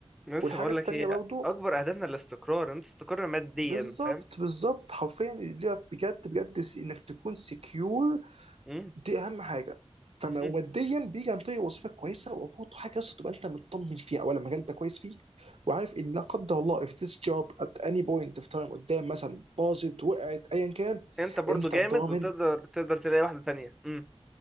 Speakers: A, in the centre; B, on the right.
A: لسه
B: والحاجه
A: بقول
B: التانيه
A: لك ايه
B: برضو
A: اكبر اهدافنا الاستقرار إن انت تستقر ماديا
B: بالظبط
A: فاهم
B: بالظبط حرفيا اللي ليها بجد بجد س- انك تكون سكيور
A: مم،
B: دي اهم حاجه فما
A: مم،
B: وماديا بيجي عن طريق وظيفه كويسه وبرضه حاجه اصلا تبقى انت مطمن فيها اولا المجال انت كويس فيه وعارف ان لا قدر الله if this job at any point of time قدام مثلا باظت وقعت ايا كان
A: انت برضو
B: انت
A: جامد
B: ضامن
A: وتقدر تقدر تلاقي واحده تانية امم